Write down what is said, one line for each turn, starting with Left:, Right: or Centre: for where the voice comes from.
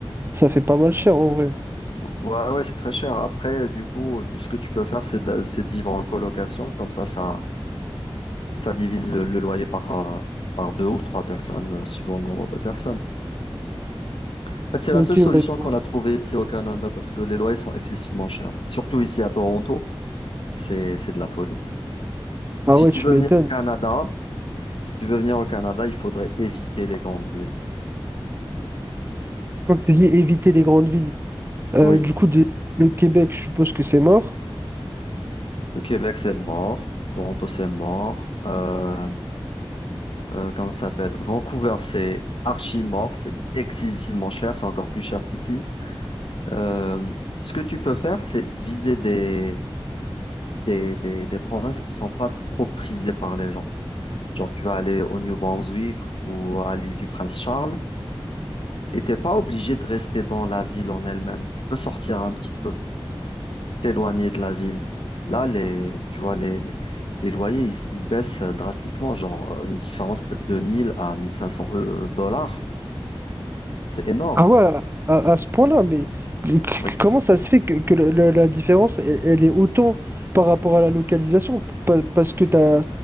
Right: ça fait pas mal cher en vrai.
Left: Ouais, ouais, c'est très cher. Après, du coup, ce que tu peux faire, c'est de, c'est de vivre en colocation. Comme ça, ça, ça divise le, le loyer par, euh, par deux ou trois personnes, euh, suivant le nombre de personnes. En fait, c'est
Right: Ok,
Left: la seule
Right: ouais,
Left: solution
Right: je vois.
Left: qu'on a trouvée ici au Canada parce que les loyers sont excessivement chers. Surtout ici à Toronto, c'est, c'est de la folie.
Right: Ah
Left: Si
Right: ouais,
Left: tu
Right: tu
Left: veux
Right: m'étonnes.
Left: venir au Canada, si tu veux venir au Canada, il faudrait éviter les grandes villes.
Right: Quand tu dis éviter les grandes villes, euh,
Left: Oui,
Right: du coup, des- le Québec, je suppose que c'est mort.
Left: le Québec, c'est mort. Toronto, c'est mort. Euh, euh, comment ça s'appelle? Vancouver, c'est archi mort. C'est excessivement cher. C'est encore plus cher qu'ici. Euh, ce que tu peux faire, c'est viser des, des, des, des provinces qui sont pas trop prisées par les gens. Genre, tu vas aller au New Brunswick ou à l'île du Prince-Charles et t'es pas obligé de rester dans la ville en elle-même. Tu peux sortir un petit peu. t'éloigner de la ville. Là, les, tu vois, les, les, les loyers, ils, ils baissent euh, drastiquement, genre euh, une différence de 1000 à 1500 euh, dollars. C'est énorme,
Right: Ah ouais, à, à ce point-là, mais c- c-
Left: oui.
Right: comment ça se fait que, que le- le- la différence, elle, elle est autant par rapport à la localisation? Pa- Parce que t'as,